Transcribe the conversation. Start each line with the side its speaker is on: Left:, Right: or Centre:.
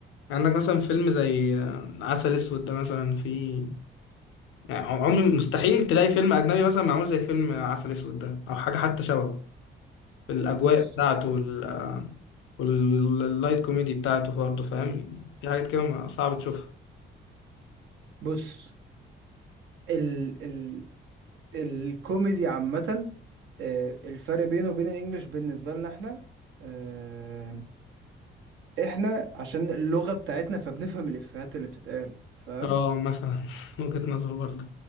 Left: عندك مثلا فيلم زي آه، عسل اسود ده مثلا فيه يعني عم- عمري مستحيل تلاقي فيلم أجنبي مثلا معمول زي فيلم عسل أسود ده أو حاجة حتى شبهه في الأجواء
Right: بص
Left: بتاعته وال واللايت كوميدي بتاعته برضه فاهم يعني في حاجات كده ما- صعب تشوفها
Right: بص ال ال الكوميدي عامة آه، الفرق بينه وبين الانجليش بالنسبة لنا احنا آه، احنا عشان اللغة بتاعتنا فبنفهم الافيهات اللي بتتقال فاهم
Left: اه مثلا <laughs> وجهة نظر برضه